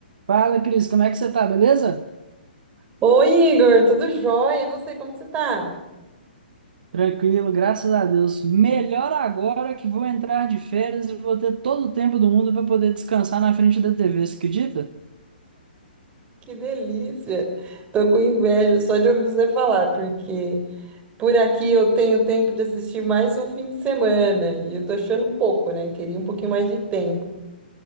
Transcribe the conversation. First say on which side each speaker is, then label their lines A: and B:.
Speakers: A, on the right; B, on the right.
A: Fala, Cris, como é que você tá, beleza?
B: Oi, Igor, tudo jóia? E você, como que você tá?
A: Tranquilo, graças a Deus. Melhor agora que vou entrar de férias e vou ter todo o tempo do mundo para poder descansar na frente da TV, você acredita?
B: Que delícia! Tô com inveja só de ouvir você falar, porque por aqui eu tenho tempo de assistir mais um fim de semana e eu tô achando pouco, né? Queria um pouquinho mais de tempo.